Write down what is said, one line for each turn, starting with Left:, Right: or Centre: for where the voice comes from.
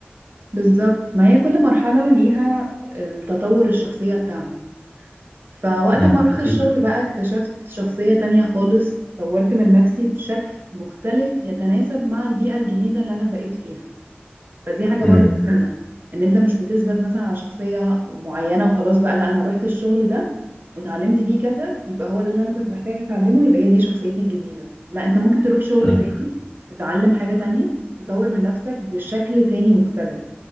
Right: بالظبط ما هي كل مرحله ليها التطور الشخصيه بتاعها فوقت
Left: امم
Right: ما رحت
Left: اكيد
Right: الشغل بقى اكتشفت شخصية تانية خالص طورت من نفسي بشكل مختلف يتناسب مع البيئة الجديدة اللي أنا بقيت فيها فدي حاجة
Left: امم
Right: برضو مهمة إن أنت مش بتثبت مثلا على شخصية معينة وخلاص بقى لا أنا رحت الشغل ده وتعلمت فيه كذا يبقى هو ده اللي أنا كنت محتاجة أتعلمه يبقى هي دي شخصيتي الجديدة لا أنت ممكن تروح شغل
Left: امم
Right: تاني تتعلم حاجة تانية تطور من نفسك بشكل تاني مختلف